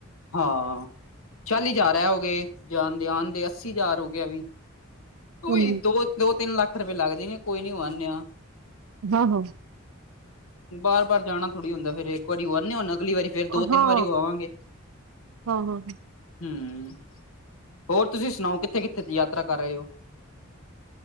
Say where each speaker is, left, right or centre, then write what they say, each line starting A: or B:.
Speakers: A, on the left; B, on the right.
A: ਹਾਂ ਚਾਲੀ ਹਜ਼ਾਰ ਐ ਹੋ ਗਏ, ਜਾਣਦੇ ਆਣਦੇ ਅੱਸੀ ਹਜ਼ਾਰ ਹੋ ਗਏ ਐ ਵੀ। ਕੋਈ
B: ਹਾਂਜੀ
A: ਦੋ, ਦੋ- ਤਿੰਨ ਲੱਖ ਰੁਪਏ ਲੱਗ ਜਾਏਗੇ ਕੋਈ ਨੀ ਹੋ ਆਨੇ ਆ।
B: ਹਾਂ ਹਾਂ
A: ਬਾਰ -ਬਾਰ ਜਾਣਾ ਥੋੜੀ ਹੁੰਦਾ, ਫਿਰ ਇੱਕ ਵਾਰੀ ਹੋ ਆਨੇ ਆ ਹੁਣ ਅਗਲੀ ਵਾਰੀ ਫੇਰ ਦੋ- ਤਿੰਨ
B: ਹਾਂ
A: ਵਾਰੀ ਹੋ ਆਵਾਂਗੇ।
B: ਹਾਂ ਹਾਂ
A: ਹੂੰ ਹੋਰ ਤੁਸੀਂ ਸੁਣਾਓ ਕਿੱਥੇ -ਕਿੱਥੇ ਦੀ ਯਾਤਰਾ ਕਰ ਆਏ ਔ।